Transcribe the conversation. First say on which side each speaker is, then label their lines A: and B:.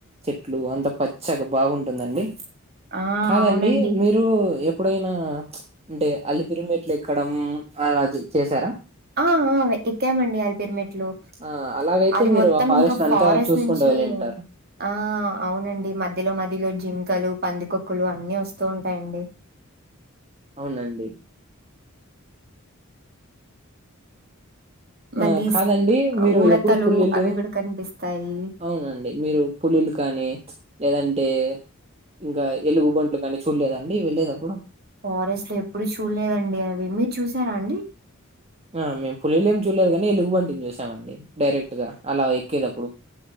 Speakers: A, on the right (about 30°); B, on the right (about 45°).
A: చెట్లు అంత పచ్చగా బాగుంటుందండి,
B: ఆ!
A: కాదండి
B: అవునండి.
A: మీర్ మీరు ఎప్పుడైనా ప్చ్ అంటే అలిపిరిమెట్లెక్కడం అలాటిది చేసారా?
B: ఆ ఆ వె ఎక్కాం మండి అలిర్పిమ్మేట్ ట్లూ
A: ఆ అలాగైతే
B: అది
A: మీరు
B: మొత్తం
A: ఆ
B: ఇంకా ఫారెస్ట్
A: అంతా చూసుకుంటూ
B: నుంచి
A: వెళ్ళింటారు
B: ఆ అవునండి మధ్యలో మధ్యలో జింకలు, పందికొక్కులు అన్నీ వస్తూ ఉంటాయండి.
A: అవునండి
B: మళ్ళీ
A: ఆ కాదండి
B: స్
A: మీరు
B: ఊడతలు
A: ఎప్పుడు పులుల్ళు
B: అవి కూడా కనిపిస్తాయి.
A: అవునండి మీరు పులులు కానీ ప్చ్ లేదంటే ఇంకా ఎలుగు బంట్లు కానీ చూల్లేదా అండి వెళ్లేదప్పుడు?
B: ఫారెస్ట్లో ఎప్పుడు చూడలేదండి, అవి మీరు చూసారా అండి?
A: ఆ మేం పులిలను చూలేదు గనీ ఎలుగుబంటిని చూసామండి, డైరెక్ట్ గా అలా ఎక్కేదప్పుడు.